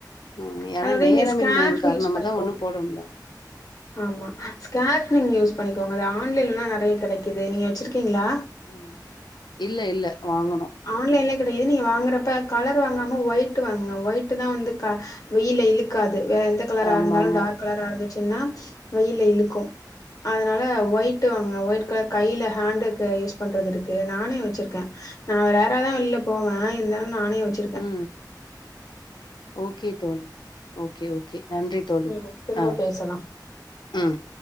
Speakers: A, on the left; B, on the left.
A: உம் ஏன்னா
B: அத விட
A: நேரமின்மையின்
B: நீங்க ஸ்கார்ஃப்
A: காரணமா
B: யூஸ் பண்ணிக்கோங்க.
A: தான் ஒண்ணும் போடமுட்ல
B: ஆமா ஸ்கேர்ஃப் நீங்க யூஸ் பண்ணிக்கோங்க அது ஆன்லைன்லலா நெறைய கெடைக்குது நீங்க வச்சிருக்கீங்களா
A: உம் இல்ல இல்ல வாங்கணும்
B: ஆன்லைன்ல கெடையாது நீங்க வாங்குறப்ப கலர் வாங்காம ஒயிட் வாங்குங்க ஒயிட் தான் வந்து வெயில இழுக்காது வேற எந்த கலரா
A: ஆமா
B: இருந்தாலும்
A: ஆமா
B: டார்க் கலரா இருந்து துசுன்னா வெயில இழுக்கும் அதனால ஒயிட்டு வாங்க ஒயிட் கலர் கையில ஹேண்டுக்கு யூஸ் பண்றது இருக்கு நானே வச்சுருக்கேன் நான் ரேராதான் வெள்ல போவேன் இருந்தாலும் நானே னே வச்சுருக்கேன்
A: ம் ஓகே தோழி ஓகே ஓகே நன்றி தோழி
B: ம் திரும்ப
A: ஆஹ்
B: பேசலா
A: ஆஹ்